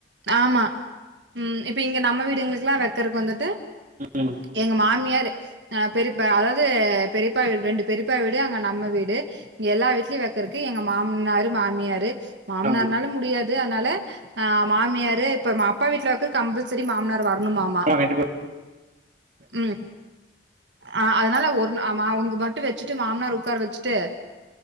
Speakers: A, on the right (about 75°); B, on the right (about 50°).
A: ஆமா ம் இப்ப இங்க நம்ம வீடுங்களுக்கெல்லா வைக்கறக்கு வந்துட்டு
B: ம்
A: எங்க மாமியாரு அ பெரிப்பா அதாவது பெரிப்பா வீடு ரெண்டு பெரிப்பா வீடு அங்க நம்ம வீடு எல்லா வீட்லயு வைக்கறக்கு எங்க மாம்னாரு மாமியாரு மாமனார்னாலு
B: ஆ
A: முடியாது அதனால அ மாமியாரு இப்ப அப்பா வீட்ல கம்பல்சரி மாமனார் வர பண்ணுமாமா
B: ஆ கண்டிப்பா
A: ம் ஆ அதனால ஒரு அவங்க மட்டு வச்சுட்டு மாமனார உட்கார வச்சுட்டு